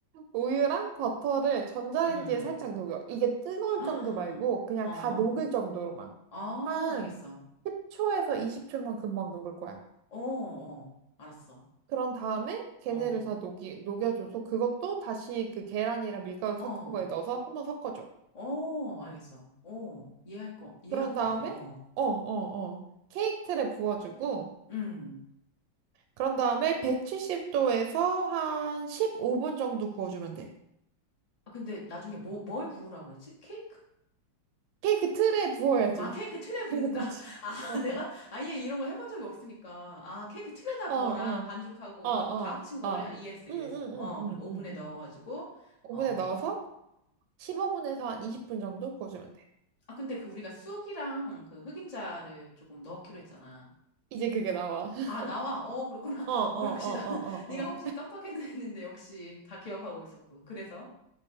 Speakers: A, on the right; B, on the left.
A: 우유랑 버터를 전자레인지에
B: 음.
A: 살짝 녹여. 이게 뜨거울
B: <gasps> 아,
A: 정도 말고 그냥
B: 어.
A: 다 녹을 정도로만.
B: 아,
A: 한
B: 알겠어.
A: 10초에서 20초만 금방 녹을 거야.
B: 어, 어. 알았어.
A: 그런 다음에 걔네를
B: 어.
A: 다 녹이, 녹여줘서 그것도 다시 그 계란이랑 밀가루
B: 어.
A: 섞은 거에 넣어서 한번 섞어줘.
B: 어, 알겠어. 어, 이해할 거, 이해한
A: 그런
B: 거
A: 다음에,
B: 같아. 어,
A: 어, 어, 어. 케이크 틀에 부어주고,
B: 음.
A: 그런 다음에 170도에서 한 15분 정도 구워주면 돼.
B: 아, 근데 나중에 뭐, 뭘 부으라고 그랬지? 케이크?
A: 케이크 틀에 부어야지.
B: 아, 케이크 틀에 붓는다.
A: 그래서 굽지.
B: <laughs> 아,
A: <laughs>
B: 내가 아예 이런 거 해본 적이 없으니까. 아, 케이크 틀에다
A: 어,
B: 부어라.
A: 어,
B: 반죽하고
A: 어,
B: 온갖
A: 어,
B: 거 다 합친 거를
A: 어.
B: 이해했어, 이해했어.
A: 응, 응, 응,
B: 어,
A: 응,
B: 그리고
A: 응,
B: 오븐에
A: 응.
B: 넣어가지고,
A: 오븐에
B: 어, 어.
A: 넣어서 15분에서 한 20분 정도 구워주면 돼.
B: 아, 근데 그 우리가 쑥이랑 그 흑임자를 조금 넣기로 했잖아.
A: 이제 그게 나와. <laughs>
B: 아, 나와. 어, 그렇구나.
A: 어, 어, 어,
B: <laughs> 어, 역시 나는,
A: 어,
B: 네가
A: 어, 어.
B: 혹시 깜빡했나 했는데 역시 다 기억하고 있었군. 그래서.